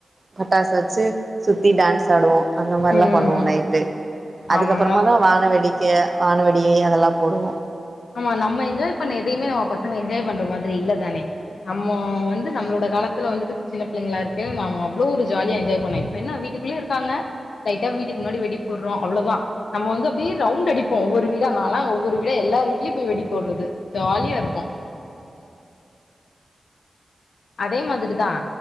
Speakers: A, on the right; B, on the left.
A: பட்டாச வச்சு சுத்தி டான்ஸ் ஆடுவோ அந்த மாரில்லா
B: ம்
A: பண்ணுவோ நைட்டு அதுக்கு
B: ஆமா
A: அப்பறமாதா
B: நல்
A: வான வெடி க்க வானவெடி அதெல்லா போடுவோ
B: ஆமா நம்ம என்ஜாய் பண்ண எதையுமே நம்ம பசங்க என்ஜாய் பண்ற மாதிரி இல்லதானே நம்ம வந்து நம்மளோட காலத்துல வந்துட்டு சின்ன பிள்ளைங்களா இருக்கைல நாம அவ்ளோ ஒரு ஜாலியா என்ஜாய் பண்ண இப்ப என்ன வீட்டுக் குள்ளயே இருக்காங்க லைட்டா வீட்டுக்கு முன்னாடி வெடி போடுறோ அவ்ளோதா நம்ம வந்து அப்டியே ரவுண்டு அடிப்போ ஒவ்வொரு வீடா நாளா ஒவ்வொரு வீடா எல்லார் வீ இலிப்பு வெடி போடுறது ஜாலியா இருக்கு அதே மாதிரி தா